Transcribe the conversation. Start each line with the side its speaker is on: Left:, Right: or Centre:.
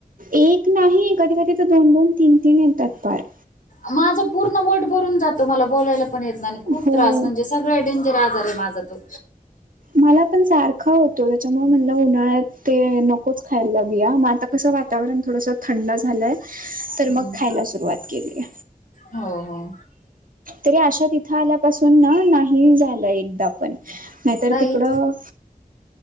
Right: एक नाही, कधी कधी तर दोन- दोन, तीन- तीन येतात पार-
Left: माझं पूर्ण वट भरून जातो मला बोलायला पण येत नाही ना आणि खूप
Right: हो.
Left: त्रास म्हणजे सगळ्यात डेंजर आजार आहे माझा तो.
Right: मला पण सारखा होतो, त्याच्यामुळे म्हणलं उन्हाळ्यात ते नकोच खायला बिया, म आता कसं वा- वातावरण थोडंसं थंड झालंय, तर
Left: हम्म
Right: मग खायला सुरुवात केलीय.
Left: हो हो..
Right: तरी आशा तिथं आल्यापासून ना नाही झालं एकदा पण नाहीतर
Left: नाही,,
Right: तिकडं
Left: इ